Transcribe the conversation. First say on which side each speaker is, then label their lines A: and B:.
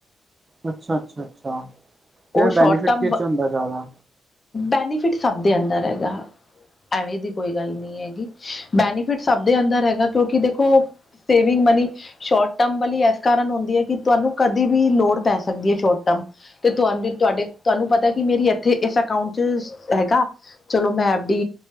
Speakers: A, on the right; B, on the left.
A: ਅੱਛਾ ਅੱਛਾ ਅੱਛਾ, ਤੇ
B: ਉਹ ਸ਼ੋਰਟ
A: ਬੈਨੀਫਿਟ
B: ਟਰਮ,
A: ਕਿਸ ਚ ਹੁੰਦਾ ਜ਼ਿਆਦਾ
B: ਬੈਨੀਫਿਟ ਸਭ ਦੇ ਅੰਦਰ ਹੈਗਾ। ਐਵੇਂ ਦੀ ਕੋਈ ਗੱਲ ਨੀ ਹੈਗੀ ਬੈਨੀਫਿਟ ਸਭ ਦੇ ਅੰਦਰ ਹੈਗਾ ਕਿਉਂਕਿ ਦੇਖੋ ਸੇਵਿੰਗ ਮਨੀ ਸ਼ੋਰਟ ਟਰਮ ਵਾਲੀ ਇਸ ਕਾਰਨ ਹੁੰਦੀ ਐ ਕਿ ਤੁਹਾਨੂੰ ਕਦੇ ਵੀ ਲੋੜ ਪੈ ਸਕਦੀ ਐ ਸ਼ੋਰਟ ਟਰਮ ਤੇ ਤੁ ਤੁਹਾਡੇ ਤੁਹਾਨੂੰ ਪਤਾ ਕਿ ਮੇਰੀ ਇੱਥੇ ਇਸ ਅਕਾਊਂਟ ਚ ਹੈਗਾ। ਚਲੋ ਮੈਂ ਐਫ- ਡੀ